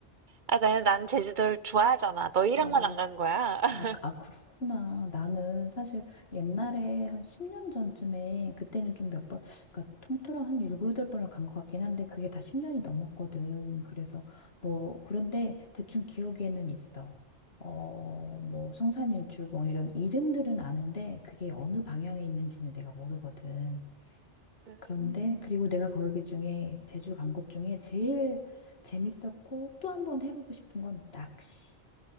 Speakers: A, on the right (about 45°); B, on the left (about 60°).
A: 아, 나는 난 제주도를 좋아하잖아. 너희랑만
B: <laughs>
A: 안 간 거야. <laughs>
B: 아, 그, 아, 그렇구나. 나는 사실 옛날에 한 10년 전쯤에 그때는 좀 몇 번, 그러니까 통틀어 한 7, 8번을 간 것 같긴 한데 그게 다 10년이 넘었거든. 그래서 뭐, 그런데 대충 기억에는 있어. 어, 뭐, 성산일출 뭐 이런 이름들은 아는데 그게 어느 방향에 있는지는 내가 모르거든.
A: 음.
B: 그런데 그리고 내가 거기 그 중에 제주 간 곳 중에 제일 재밌었고 또 한 번 해보고 싶은 건 낚시,